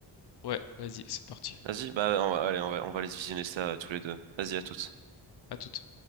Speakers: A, on the left; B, on the right.
A: Ouais, vas-y, c'est parti.
B: Vas-y, bah on va, allez, on va, on va aller se visionner ça euh, tous les deux. Vas-y, à toutes.
A: À toute.